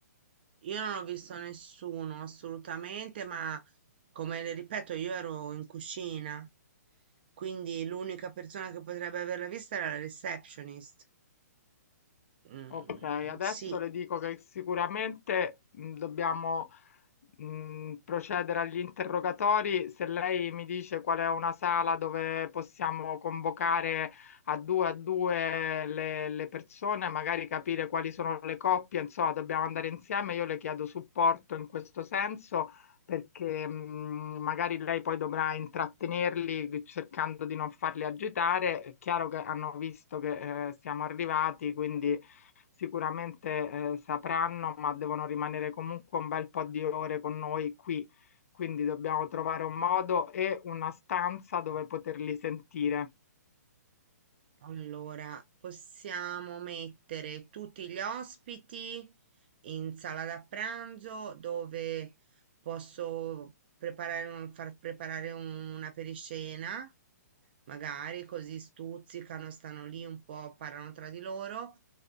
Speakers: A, on the right (about 35°); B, on the left (about 55°).
A: Io non ho visto nessuno assolutamente, ma come le ripeto, io ero in cucina, quindi l'unica persona che potrebbe averla vista era la receptionist. Mm,
B: Ok, adesso
A: sì.
B: le dico che sicuramente mh, dobbiamo mh, procedere agli interrogatori, se lei mi dice qual è una sala dove possiamo convocare a due a due le, le persone, magari capire quali sono le coppie, insomma, dobbiamo andare insieme. Io le chiedo supporto in questo senso perché mh, magari lei poi dovrà intrattenerli cercando di non farli agitare. È chiaro che hanno visto che eh, siamo arrivati, quindi sicuramente eh, sapranno, ma devono rimanere comunque un bel po' di ore con noi qui. Quindi dobbiamo trovare un modo e una stanza dove poterli sentire.
A: Allora, possiamo mettere tutti gli ospiti in sala da pranzo dove posso preparare un- far preparare un- una periscena, magari così stuzzicano, stanno lì un po', parlano tra di loro